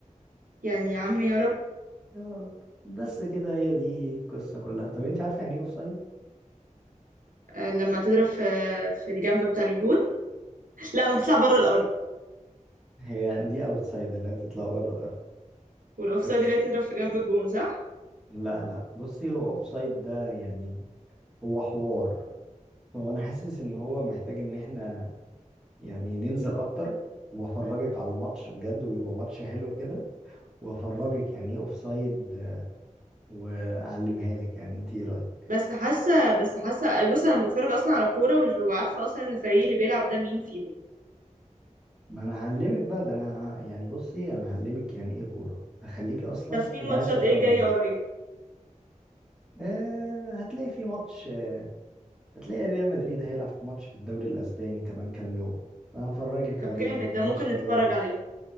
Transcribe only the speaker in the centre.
<laughs> يا رب بس كده هي دي القصة كلها طب انت عارفة يعني ايه اوفسايد
هي دي اوتسايد اللي هتطلع بره الارض
بس
لا لا بصي هو اوفسايد ده يعني هو حوار هو انا حاسس ان هو محتاج ان احنا يعني ننزل اكتر وافرجك على ماتش بجد ويبقى ماتش حلو كده وافرجك يعني ايه اوفسايد واعلمها لك يعني انت ايه رايك
ما انا هعلمك بقى ده انا ه- يعني بصي انا هعلمك يعني ايه كوره هخليكي اصلا
تبقى
عايز تتفرجي
آه هتلاقي في ماتش هتلاقي ريال مدريد هيلعب في ماتش في الدوري الاسباني كمان كام يوم أنا هفرجك
عليه
ده هيبقى
ماتش
حلو
قوي